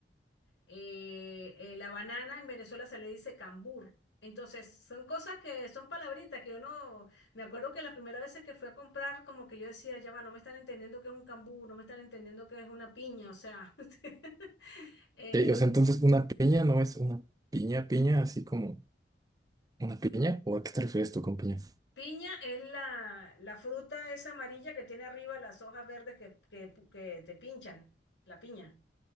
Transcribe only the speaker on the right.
Eh, O sea, entonces una piña no es una piña, piña, así como una piña, ¿o a qué te refieres tú con piña?